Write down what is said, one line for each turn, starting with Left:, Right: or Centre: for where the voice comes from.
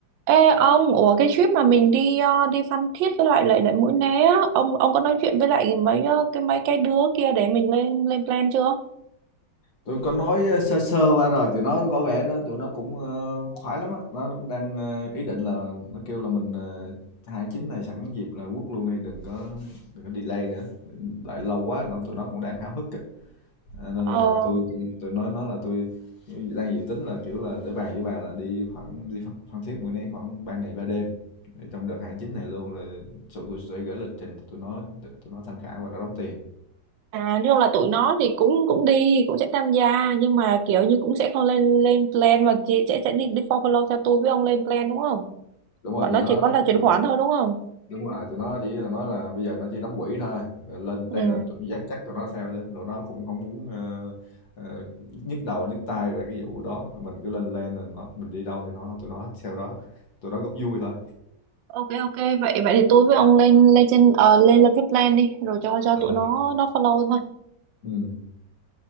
Right: Ê ông, ủa cái trip mà mình đi ờ, đi Phan Thiết với lại lại lại Mũi Né á, ông ông có nói chuyện với lại mấy ờ, cái mấy cái đứa kia để mình lên lên plan chưa?
Left: Tụi có nói ờ, sơ sơ qua rồi, tụi nó có vẻ nó tụi nó cũng ờ, khoái lắm á, nó, nó cũng đang ờ, ý định là nó kêu là mình ờ, hai chín này sẵn dịp là quất luôn đi, đừng có đừng có delay nữa. Đợi lâu quá nó tụi nó cũng đang háo hức á. À, nên
Right: Ờ
Left: là tôi tôi tôi nói nó là tôi đang dự tính là kiểu là để bàn với bà là đi khoảng đi Phan, Phan Thiết Mũi Né khoảng 3 ngày 3 đêm Để trong đợt hàng chín này luôn rồi tụi tôi sẽ gửi lịch trình cho tụi nó để tụi nó tham khảo và nó đóng tiền
Right: à nhưng là tụi nó thì cũng cũng đi, cũng sẽ tham gia nhưng mà kiểu như cũng sẽ không lên lên plan mà chỉ sẽ sẽ đi đi follow theo tôi với ông lên plan đúng không?
Left: đúng rồi
Right: Bọn
Left: tụi
Right: nó
Left: nó
Right: chỉ có
Left: nó
Right: là chuyển
Left: tụi,
Right: khoản thôi đúng không?
Left: đúng rồi tụi nó chỉ là nói là bây giờ nó chỉ đóng quỹ thôi Ờ, lên
Right: Ừ.
Left: plan là tụi, dắt chắc tụi nó theo chứ tụi nó cũng không muốn ờ, ờ, nhức đầu nhức tai về cái vụ đó mình cứ lên plan là nó, mình đi đâu thì nó tụi nó theo đó tụi nó góp vui thôi
Right: Ok ok vậy vậy thì tôi với ông lên lên trên ờ, lên lên cái plan đi rồi cho cho
Left: Ờ,
Right: tụi nó nó follow thôi.
Left: ừ.